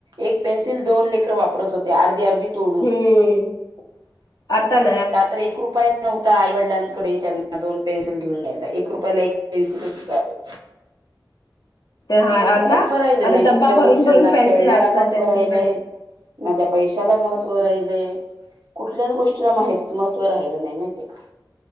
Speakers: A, on the right (about 65°); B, on the left (about 60°).
A: एक पेन्सिल दोन लेकर वापरत होते आर्धी आर्धी तोडून.
B: हम्म. आतान
A: का तर एक रुपय नव्हता आईवडिलांकडे त्यांना दोन पेन्सिल घेऊन न्यायला एक रुपयाला एक पेन्सिल त्या आहे.
B: ते हा
A: म्हणजे
B: आता
A: महत्त्व राहिले
B: आता
A: नाही कुठल्याच
B: डब्बा भरून
A: गोष्टींना
B: भरून पेन्सिल
A: खेळण्याला
B: असतात
A: महत्त्व
B: त्यांच्याकडे
A: राहिलेय. ना त्या पैशाला महत्त्व राहिलय. कुठल्याच गोष्टीला माहित महत्त्व राहिलं नाही माहितय का?